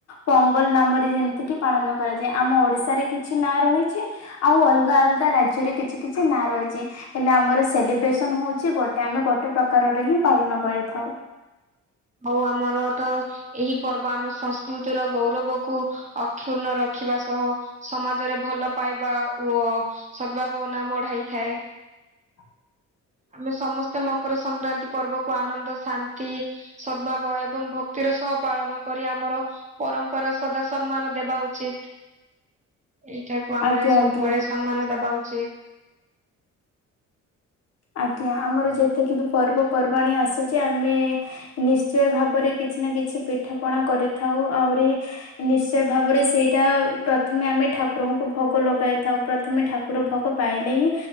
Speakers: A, on the left; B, on the right.
A: ପୋଙ୍ଗଲ ନାମରେ ଯେମିତି କି ପାଳନ କରାଯାଏ। ଆମ ଓଡିଶାରେ କିଛି ନାଁ ରହିଛି ଆଉ ଅଲଗା ଅଲଗା ରାଜ୍ୟରେ କିଛି କିଛି ନାଁ ରହି ଚି ହେଲେ ଆମର ସେଲିବ୍ରେଶ ନ ହଉଛି ଗୋଟେ ଆମେ ଗୋଟେ ପ୍ରକାରରେ ହିଁ ପାଳନ କରିଥାଉ।
B: ଆଉ ଆମର ତ ଏହି ପର୍ବ ଆମ ସଂସ୍କୃତିର ଗୌରବ କୁ ଅକ୍ଷୁର୍ଣ୍ଣ ର ରଖିବା ସହ ସମାଜରେ ଭଲ ପାଇବା ଓ ସଦ୍ଭାବନା ବଢାଇଥାଏ।
A: ହଁ
B: ଆମେ ସମସ୍ତେ ମକର ସଂକ୍ରାନ୍ତି ପର୍ବକୁ ଆନନ୍ଦ ଶାନ୍ତି ସଦ୍ଭାବ ଏବଂ ଭକ୍ତିର ସହ ପାଳନ କରି ଆମର ପରମ୍ପରା ସଦା ସମ୍ମାନ ଦେବା ଉଚିତ। ଏଇଟାକୁ ଆମେ
A: ଆଜ୍ଞା
B: ସବୁବେଳେ
A: ଆଜ୍ଞା।
B: ସମ୍ମାନ ଦବା ଉଚିତ।
A: ଆଜ୍ଞା ଆମର ଯେତିକି ବି ପର୍ବପର୍ବାଣି ଆସୁଛି ଆମେ ନିଶ୍ଚୟ ଭାବରେ କିଛି ନା କିଛି ପିଠା ପଣା କରିଥାଉ ଆହୁରି ନିଶ୍ଚୟ ଭାବରେ ସେଇଟା ପ୍ରଥମେ ଆମେ ଠା କୁରଙ୍କୁ ଭୋଗ ଲଗାଇଥାଉ ପ୍ରଥମେ ଠାକୁର ଭୋଗ ପାଇଲେ ହିଁ